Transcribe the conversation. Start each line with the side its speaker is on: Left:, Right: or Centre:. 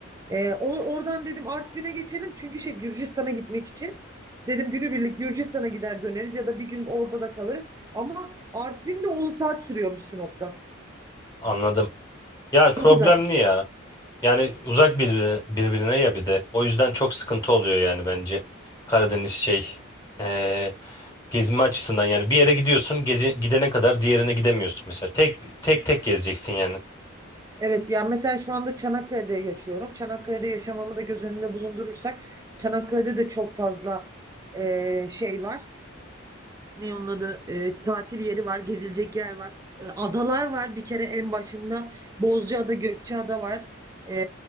Right: E, o- oradan dedim Artvin'e geçelim. Çünkü şey Gürcistan'a gitmek için. Dedim günübirlik Gürcistan'a gider döneriz ya da bir gün orada da kalırız. Ama Artvin de 10 saat sürüyormuş Sinop'tan.
Left: Anladım. Ya
Right: Çok
Left: problemli
Right: uzak.
Left: ya. Yani uzak birbirine, birbirine ya bir de. O yüzden çok sıkıntı oluyor yani bence. Karadeniz şey eee, gezme açısından yani bir yere gidiyorsun gezi, gidene kadar diğerine gidemiyorsun mesela. Tek tek tek gezeceksin yani.
Right: Evet yani mesela şu anda Çanakkale'de yaşıyorum. Çanakkale'de yaşamamı da göz önünde bulundurursak Çanakkale'de de çok fazla e, şey var. Ne onun adı? E, tatil yeri var, gezilecek yer var. E, adalar var bir kere en başında. Bozcaada, Gökçeada var. E,